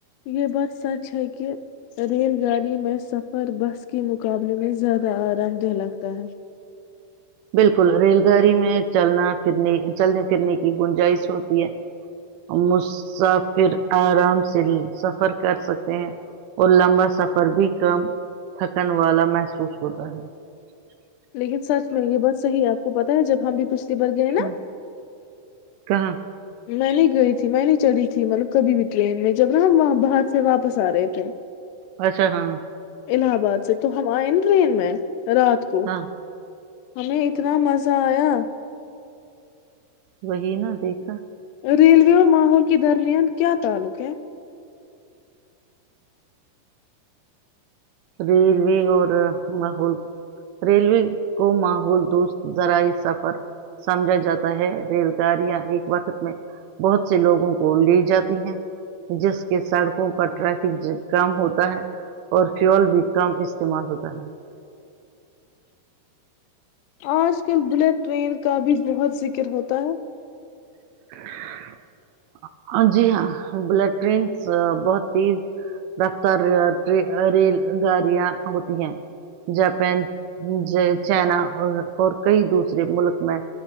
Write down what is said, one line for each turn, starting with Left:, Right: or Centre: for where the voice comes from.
Left: یہ بات سچ ہے کہ ریل گاڑی میں سفر بس کے مقابلے میں زیادہ آرام دہ لگتا ہے <unintelligible>
Right: بالکل ریل گاڑی میں چلنا پھرنے چلنے پھرنے کی گنجائش ہوتی ہے م پھر آرام سے سفر کر سکتے ہیں اور لمبا سفر بھی کم تھکن والا محسوس ہو رہا ہے <unintelligible>
Left: لیکن سچ میں یہ بت صحی ہے آپ کو پتتا ہے جب ہم بھی پوچھتے برگ ہے نا
Right: ہ کہاں
Left: میں نہیں گئی تھی میں نہیں چڑھی تھی مطلب کبھی بھی ٹرین میں جب نا ہم وہاں باہر سے واپس آ رہے تھے
Right: اچھا ہاں
Left: الہ آباد سے تو ہم آئے نا ٹرین میں رات کو
Right: ہاں
Left: ہمیں اتنا مزہ آیا
Right: وہی نا دیکھا
Left: ریلوے اور ماحول کے درمیان کیا تعلق ہے
Right: ریلوے اور ماحول ریلوے کو ماحول دوست ذرائع سفر سمجھا جاتا ہے ریل گاڑیاں ایک وقت میں بہت سے لوگوں کو لی جاتی ہیں جس کے سڑکوں پر ٹریفک کام ہوتا ہے اور فول بھی کم استعمال ہوتا ہے
Left: آج کل بلیٹ ٹرین کا بھی بہت ذکر ہوتا ہے
Right: <inaudible> جی ہاں بلٹ ٹرینس بہت تیز رفتار ریل گاڑیاں ہوتی ہیں جاپان چائنا اور کئی دوسرے ملک میں